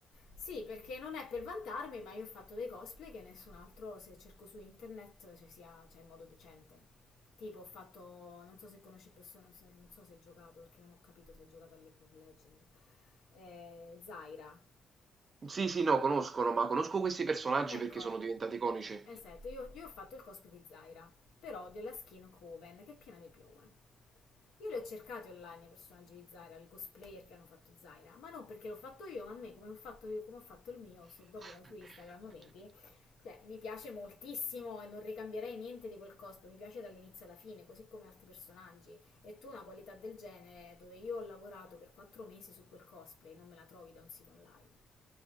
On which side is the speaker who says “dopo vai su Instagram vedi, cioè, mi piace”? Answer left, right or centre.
Left